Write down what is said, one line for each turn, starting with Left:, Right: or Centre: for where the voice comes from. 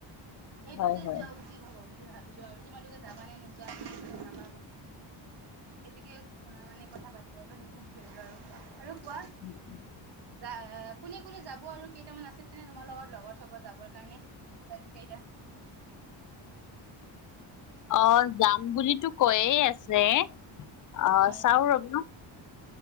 Right: এইটোতে
Left: হয় হয়
Right: যোৱা উচিত হ'ব বুলি ভাবিলো, আৰু তোমালোকে যাবা নে নোযোৱা? এইটোকে অ' মানে কথা পাতিবৰ কাৰণে ফোন কৰিলো আৰু। আৰু কোৱা!
Left: <unintelligible>
Right: যা কোনে কোনে যাব আৰু কেইটামান আছে নে তোমাৰ লগত লগৰ-চগৰ যাবৰ কাৰণে। ফ্ৰেণ্ড কেইটা
Left: অ' যাম বুলিতো কৈয়ে আছে, অ'
Right: হয়
Left: চাও
Right: হয়
Left: ৰবা!